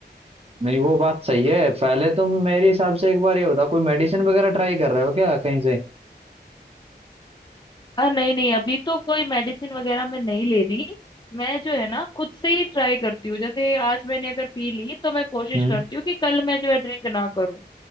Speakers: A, on the right; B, on the left.
A: नहीं वो बात सही है पहले तुम मेरे हिसाब से एक बार ये बताओ कोई मेडिसिन वगैरह ट्राई कर रहे हो क्या कहीं से
B: हाँ नहीं नहीं अभी तो कोई मेडिसिन वगैरह मैं नहीं ले रही मैं जो है ना खुद से ही ट्राई करती हूँ जैसे आज मैंने अगर पी ली तो मैं कोशिश
A: हम्म
B: करती हूँ कि कल मैं जो है ड्रिंक ना करूँ